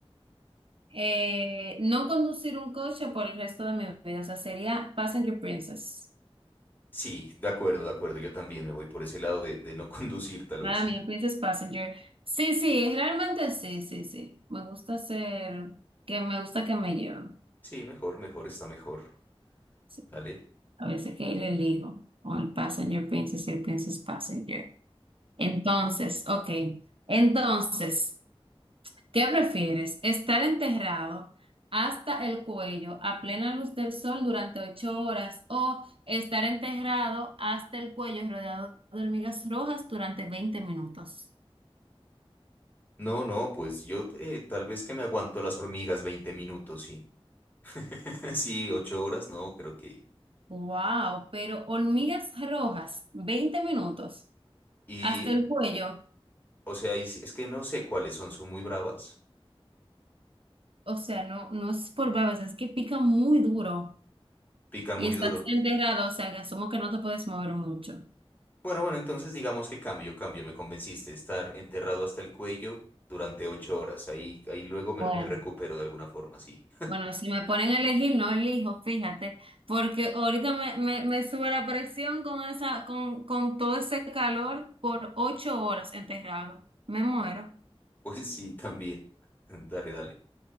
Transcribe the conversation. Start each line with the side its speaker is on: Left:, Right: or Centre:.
Right: Eh, no conducir un coche por el resto de mi vida, o sea, sería Passenger Princess.
Left: Sí, de acuerdo, de acuerdo. Yo también me voy por ese lado de, de no <laughs> conducir, tal
Right: Para
Left: vez sí.
Right: mí, Princess Passenger. Sí, sí, realmente sí, sí, sí. Me gusta ser, que me gusta que me lleven.
Left: Sí, mejor, mejor, está mejor.
Right: Sí,
Left: Dale.
Right: A veces que ahí le elijo, o el Passenger Princess y el Princess Passenger. Entonces, ok. Entonces, ¿qué prefieres? ¿Estar enterrado hasta el cuello a plena luz del sol durante ocho horas o estar enterrado hasta el cuello rodeado de hormigas rojas durante 20 minutos?
Left: No, no, pues yo eh, tal vez que me aguanto las hormigas 20 minutos, sí. <laughs> Sí, 8 horas, no, creo que...
Right: Wow, pero hormigas rojas, veinte minutos
Left: Y,
Right: hasta el cuello.
Left: o sea, y si- es que no sé cuáles son, son muy bravas,
Right: O sea, no, no es por babas, es que pica muy duro
Left: pican
Right: y
Left: muy
Right: estás
Left: duro.
Right: enterrado, o sea, que asumo que no te puedes mover mucho.
Left: Bueno, bueno, entonces digamos que cambio, cambio, me convenciste, estar enterrado hasta el cuello durante 8 horas, ahí, ahí luego me,
Right: Bueno.
Left: me recupero de alguna forma, sí.
Right: Bueno, si me ponen a elegir, no elijo, fíjate, porque ahorita me, me, me sube la presión con esa, con, con todo ese calor por ocho horas enterrado. Me muero.
Left: <laughs> Pues sí, también. <laughs> Dale, dale,